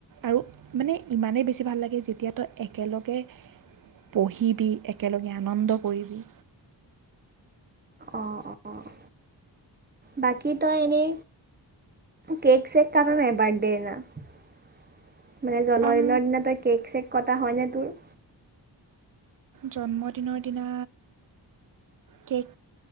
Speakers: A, on the right (about 50°); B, on the right (about 20°).
A: আৰু মানে ইমানেই বেছি ভাল লাগে যেতিয়া তই একেলগে বহিবি একেলগে আনন্দ কৰিবি।
B: অ', অ' বাকি তই এনে কেক চেক কাট নে বাৰ্থ মানে জন্মদিনৰ
A: আম
B: দিনা তই কেক চেক কটা হয়নে? <unintelligible>
A: জন্মদিনৰ দিনা কেক